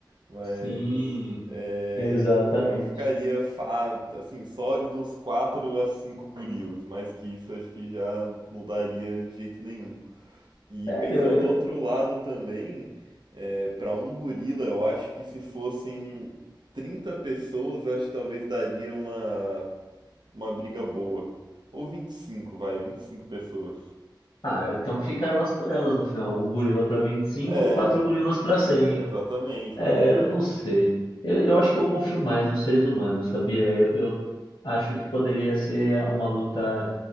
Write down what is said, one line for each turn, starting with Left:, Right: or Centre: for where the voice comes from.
Right: Mas
Left: sim,
Right: é,
Left: exatamente.
Right: eu ficaria, fa- assim, sólido uns 4 a 5 gorilas. Mais que isso, acho que já não daria de jeito nenhum. E
Left: Sério,
Right: pensando
Left: eu...
Right: do outro lado também, é, para um gorila, eu acho que se fossem 30 pessoas, eu acho que talvez daria uma, uma briga boa. Ou vinte e cinco vai, vinte e cinco pessoas.
Left: Ah, então fica elas por elas no final. Um gorila pra vinte e cinco
Right: É,
Left: quatro gorilas pra cem
Right: exatamente,
Left: É,
Right: exatamente.
Left: eu não sei. Eu, eu acho que eu confio mais nos seres humanos, sabia? Eu, eu acho que poderia ser uma luta.